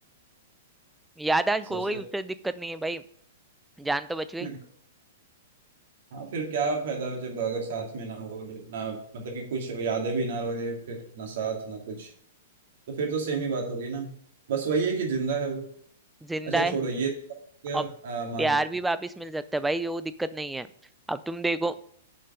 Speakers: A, in the centre; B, on the right.
A: याददाश्त
B: सबसे
A: खो गई उससे दिक्कत नहीं है भाई जान तो बच गई
B: <laughs> हाँ फिर क्या फायदा जब अगर साथ में ना हो ना मतलब कि कुछ यादें भी ना रहे फिर ना साथ ना कुछ तो फिर तो सेम ही बात होगी ना बस वही है कि जिंदा है वो
A: जिंदा
B: अच्छा छोड़ो
A: है
B: ये क्या
A: और
B: मार्वल
A: प्यार भी वापस मिल सकता है भाई वो दिक्कत नहीं है अब तुम देखो